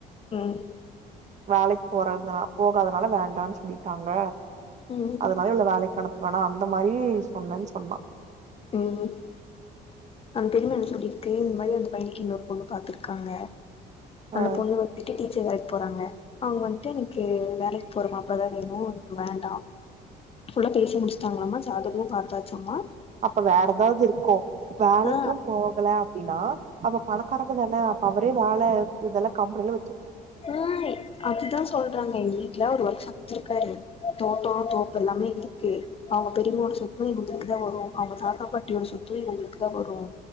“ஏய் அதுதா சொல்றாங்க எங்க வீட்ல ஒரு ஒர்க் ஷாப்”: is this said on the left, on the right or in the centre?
Left